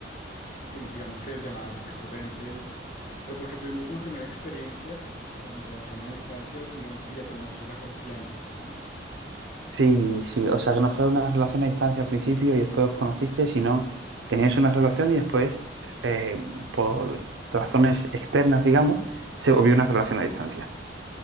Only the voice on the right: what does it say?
Sí, sí, o sea que no fue una relación a distancia al principio y después os conocisteis, sino teníais una relación y después, eh, por razones externas, digamos, se volvió una relación a distancia.